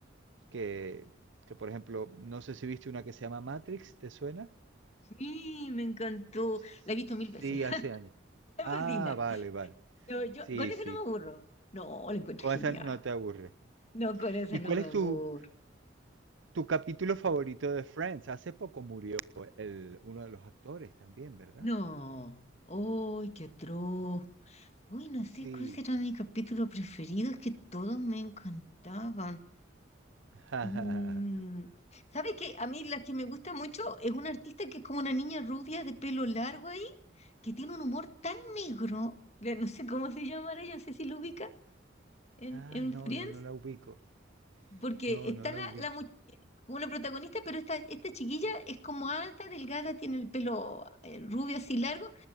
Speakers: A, on the right; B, on the left.
A: que, que, por ejemplo, no sé si viste una que se llama Matrix, ¿te suena?
B: Sí, me encantó.
A: Sí, sí.
B: La he visto
A: Sí,
B: mil veces. <laughs>
A: hace años.
B: Me
A: Ah,
B: fascina.
A: vale, vale.
B: No, yo
A: Sí,
B: con eso
A: sí.
B: no me aburro. No, la encuentro
A: Con
B: genial.
A: esa no te aburre.
B: No, con eso
A: ¿Y
B: no
A: cuál
B: me
A: es
B: aburro.
A: tu, tu capítulo favorito de Friends? Hace poco murió el, uno de los actores también, ¿verdad?
B: No. ¡Ay, qué atroz! Uy, no
A: Sí.
B: sé cuál será mi capítulo preferido. Es que todos me encantaban.
A: <laughs> Ajá.
B: Mm, ¿Sabes qué? A mí la que me gusta mucho es una artista que es como una niña rubia de pelo largo ahí, que tiene un humor tan negro, le- no sé cómo se llamará, yo no sé si lo ubica en,
A: Ah,
B: en
A: no,
B: Friends,
A: no, no la ubico.
B: porque
A: No,
B: está
A: no la
B: la,
A: ubico.
B: la mu- una protagonista, pero esta, esta chiquilla es como alta, delgada, tiene el pelo eh, rubio así largo,